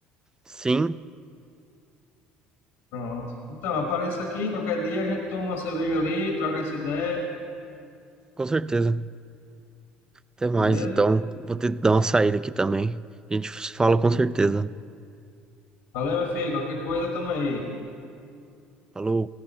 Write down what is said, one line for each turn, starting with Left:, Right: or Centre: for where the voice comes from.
Right: Sim,
Left: Pronto. Então, apareça aqui, qualquer dia a gente toma uma cerveja ali, troca essa ideia,
Right: com certeza. Até mais,
Left: beleza?
Right: então, vou ter que dar uma saída aqui também. A gente se fala com certeza.
Left: Valeu, meu filho. Qualquer coisa, tamo aí.
Right: Falou.